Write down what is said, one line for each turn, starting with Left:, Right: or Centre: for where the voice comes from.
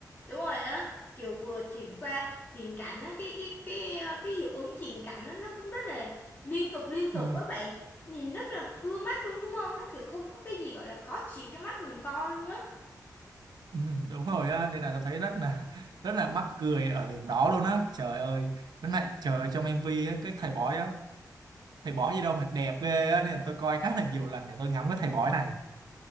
Left: đúng rồi á kiểu vừa chuyển qua chuyển cảnh á cái cái cái cái hiệu ứng chuyển cảnh á nó cũng rất là liên tục liên tục
Right: ừ,
Left: á bạn nhìn rất là ưa mắt luôn đúng không nó kiểu không có cái gì gọi là khó chịu cho mắt mình coi luôn á
Right: ừ, đúng rồi á nên là tôi thấy rất là rất là mắc cười ở điểm đó luôn á trời ơi với lại trời ơi trong MV á cái thầy bói á thầy bói gì đâu mà đẹp ghê á nên tôi coi khá là nhiều lần để tôi ngắm cái thầy bói này